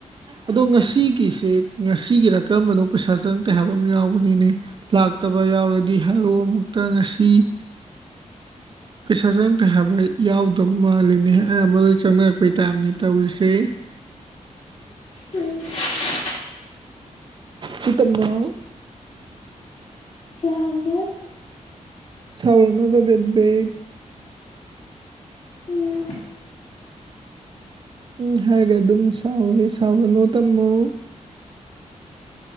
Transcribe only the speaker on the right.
ꯑꯗꯣ ꯉꯁꯤꯒꯤꯁꯦ ꯉꯁꯤꯒꯤꯔ ꯀꯔꯝꯕꯅꯣ ꯄꯩꯁꯥ ꯆꯪꯛꯇꯦ ꯍꯥꯏꯕ ꯑꯃ ꯌꯥꯎꯕꯅꯤꯅꯦ ꯂꯥꯛꯇꯕ ꯌꯥꯎꯔꯗꯤ ꯍꯥꯏꯔꯣ ꯑꯃꯨꯛꯇ ꯉꯁꯤ ꯄꯩꯁꯥꯖ ꯐ ꯍꯩ ꯌꯥꯎꯗꯕ ꯃꯥꯜꯂꯤꯅꯦ ꯑꯌꯥꯝꯕꯗ ꯆꯪꯉꯛꯄꯩ ꯇꯥꯥꯏꯞꯅꯤ ꯇꯧꯔꯤꯁꯦ
ꯀ ꯇꯨꯝꯃꫭ
ꯁꯥꯎꯔꯅꯣꯕ ꯕꯦꯕꯦ
ꯎꯝ ꯍꯥꯏꯒ‌‌ ꯑꯗꯨꯝ ꯁꯥꯎꯋꯦ ꯁꯥꯎꯔꯅꫭ ꯇꯝꯃꯣ